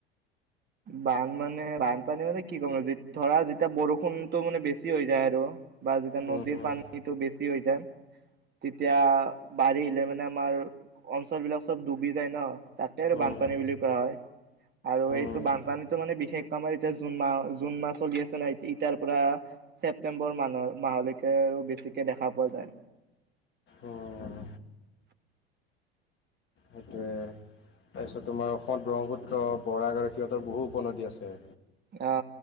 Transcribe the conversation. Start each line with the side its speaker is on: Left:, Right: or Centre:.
Right: বান মানে বানপানী মানে কি ক'ম যিত ধৰা যেতিয়া বৰষুণতটো মানে বেছি হৈ যায় আৰু বা যেতিয়া
Left: উম
Right: নদীৰ
Left: হুম
Right: পানীটো বেছি হৈ যায় তেতিয়া বাঢ়িলে মানে আমাৰ অঞ্চল বিলাক চব ডুবি যায় ন তাতে আৰু
Left: উম
Right: বানপানী বুলি কোৱা হয় আৰু
Left: উম
Right: এইটো বানপানীটো মানে বিশেষকৈ আমাৰ এতিয়া জুন মাহ জুন মাহ চলি আছে ন এতিয়াৰ পৰা ছেপ্তেম্বৰ মানৰ মাহলৈ কে আৰু বেছিকে দেখা পোৱা যায়
Left: উম সেইটোয়ে তাৰপিছত তোমাৰ অসমত ব্ৰহ্মপুত্ৰ বৰাক আৰু সিহঁতৰ বহু উপনদী আছে
Right: আ